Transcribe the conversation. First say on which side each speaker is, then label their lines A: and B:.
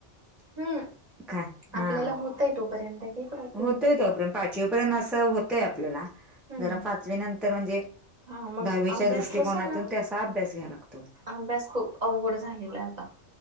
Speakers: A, on the right; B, in the centre.
A: हम्म,
B: काय हा
A: आपल्याला होतय तोपर्यंत घेत राहा.
B: होतय तोपर्यंत. पाचवीपर्यंत असं होतंय आपल्याला
A: हम्म
B: जरा पाचवी नंतर म्हणजे
A: हा मग
B: दहावीच्या
A: अभ्यास
B: दृष्टकोनातून
A: कसा ना
B: त्याचा अभ्यास घ्यावा लागतो.
A: अभ्यास खूप अवघड झालेला आता